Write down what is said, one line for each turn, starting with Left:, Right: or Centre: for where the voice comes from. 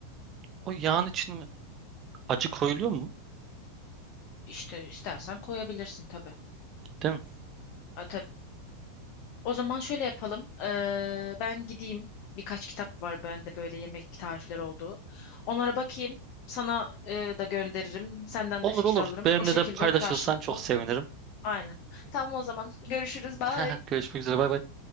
Right: O yağın içine acı koyuluyor mu?
Left: İşte istersen koyabilirsin tabii.
Right: Değil mi?
Left: Ha, tabii. O zaman şöyle yapalım. Ee, ben gideyim. Birkaç kitap var bende böyle yemek tarifleri olduğu. Onlara bakayım. Sana e, da gönderirim. Senden
Right: Olur
Left: de fikir
Right: olur.
Left: alırım.
Right: Benimle
Left: O şekilde
Right: de paylaşırsan
Left: karşılıklı.
Right: çok sevinirim.
Left: Aynen. Tamam o zaman. Görüşürüz. Bye.
Right: <laughs> Görüşmek üzere. Bay bay.